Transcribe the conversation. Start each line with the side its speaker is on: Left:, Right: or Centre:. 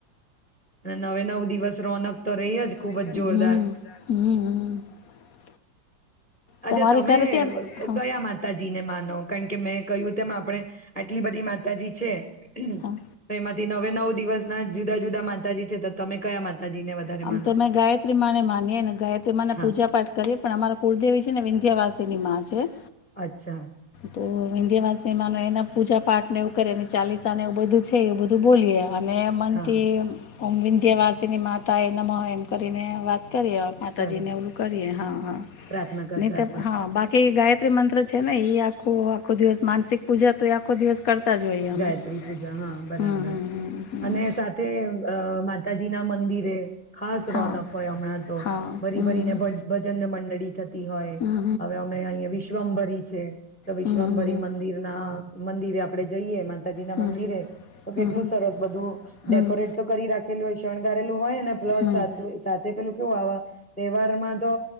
Centre: અને નવે નવ દિવસ રોનક... તો રેય જ.
Left: હમ
Centre: ખૂબ જ જોરદાર
Left: હમ હમ.
Centre: અચ્છા,
Left: તમારે
Centre: તમે
Left: ઘરે ત્યાં હા
Centre: કયા માતાજી... ને માનો કારણ કે મેં કહ્યું તેમ આપણે આટલી બધી માતાજી છે. હ
Left: હા
Centre: તો એમજ... તે નવે નવ દિવસના જુદા જુદા માતાજી છે. તો તમે કયા માતાજીને? વધારે
Left: આમ
Centre: માનો
Left: તો અમે ગાયત્રી માને માનીએ ને ગાયત્રી માંને
Centre: હા
Left: પૂજા પાઠ કરીએ પણ અમારા કુલદેવી છે ને વિંધ્યાવાસી ની માં છે.
Centre: અચ્છા.
Left: તો વિંધ્યાવાસી મા એના પૂજા પાઠ ને એવું કરીએ ને ચાલીસા ને એવું બધું છે એવું બધું બોલીએ. અને મનથી
Centre: હા
Left: એમ ઓમ વિંધ્યવાસીની માતાએ નમો એમ કરીને વાત કરીયે માતાજી
Centre: કરે
Left: ને એવું કરીએ, હા હા
Centre: પ્રાર્થના કરતા
Left: નહિતર
Centre: હશે
Left: હા, બાકી ગાયત્રી મંત્ર છે ને ઈ આ આ આખો દિવસ માનસિક પૂજા તો આખો દિવસ કરતા જ હોઈએ અમે
Centre: ગાયત્રી પૂજા હા, બરાબર,
Left: હમ હમ હમ હમ
Centre: અને સાથે અ મ તાજી ના મંદિરે ખાસ
Left: હા
Centre: રોનક હોય હમણાં તો.
Left: હા
Centre: ભરી
Left: હમ
Centre: ભરીને ભજનને મંડ રેડી થત તિ હોય.
Left: હમ
Centre: હવે અમે અહંયા વિશ વ્મભરી છે. તો વિશ્વમભરી
Left: હમ હમ
Centre: મંદિર ના મંદિરે આપરે જઈએ માતાજી ના
Left: હમ
Centre: મંદિરે તો કેટલું
Left: હમ
Centre: સરસ બધું
Left: હમ
Centre: ડેકોરેટ તો કરી રાખેલું હોય. સંગાળેલ હોયને પ્લસ
Left: હમ
Centre: સતવે સાથે પેલું તો આવા તહેવારમાં તો